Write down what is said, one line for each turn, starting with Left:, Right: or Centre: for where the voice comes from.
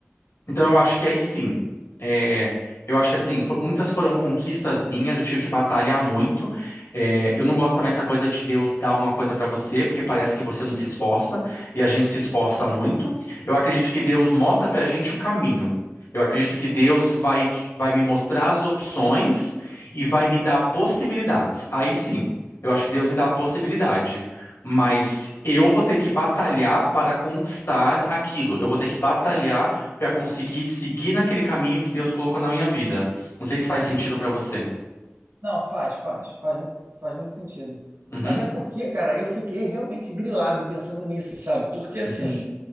Left: Então eu acho que aí sim. É, eu acho que assim, fo- muitas foram conquistas minhas, eu tive que batalhar muito. É, eu não gosto também dessa coisa de Deus dar uma coisa pra você, porque parece que você não se esforça, e a gente se esforça muito. Eu acredito que Deus mostra pra gente o caminho. Eu acredito que Deus vai, te- vai me mostrar as opções e vai me dar possibilidades. Aí sim, eu acho que Deus me dá a possibilidade. Mas eu vou ter que batalhar para conquistar aquilo. Eu vou ter que batalhar para conseguir seguir naquele caminho que Deus colocou na minha vida. Não sei se faz sentido para você.
Right: Não, faz, faz, faz, faz muito sentido.
Left: Uhum,
Right: Mas é porque, cara, eu fiquei realmente grilado pensando nisso, sabe? Porque assim,
Left: uhum,